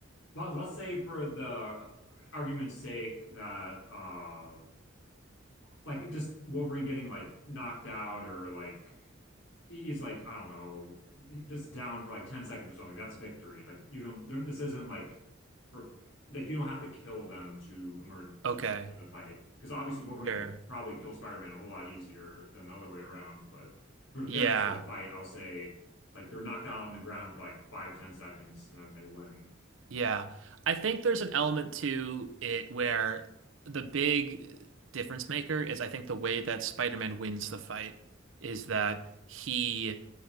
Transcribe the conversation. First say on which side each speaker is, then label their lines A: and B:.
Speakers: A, on the left; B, on the right.
A: But let's say for the argument's sake that uh like just Wolverine getting like knocked out or like he's like, I don't know, just down for like 10 seconds or something. That's victory. Like you don't, there- this isn't like for like you don't have to kill them to emerge
B: Okay,
A: to win the fight. Because obviously Wolverine
B: sure.
A: could probably kill Spider-Man a whole lot easier than the other way around. But for the fairness
B: Yeah,
A: of the fight, I'll say like they're knocked down on the ground for like five ten seconds and then they win.
B: yeah. I think there's an element to it where the big difference maker is I think the way that Spider-Man wins the fight is that he